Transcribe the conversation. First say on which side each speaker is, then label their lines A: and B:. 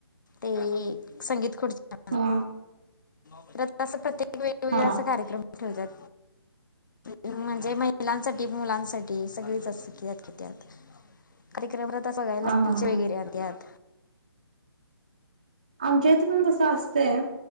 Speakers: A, on the left (about 50°); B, on the right (about 15°).
A: ते संगीत खुडच्या
B: हा
A: <unintelligible> प्रत्येक वेगवेगळा
B: हा
A: असं कार्यक्रम ठेवत्यात. म्हणजे माही महिलांसाठी मुलांसाठी सगळीच असत्यात की त्यात कार्य क्रमरता सगळ्याला
B: हा हा
A: पिच्च
B: हा
A: वगैरे आणत्यात.
B: आमच्या इथं पण तसं अस तेय्या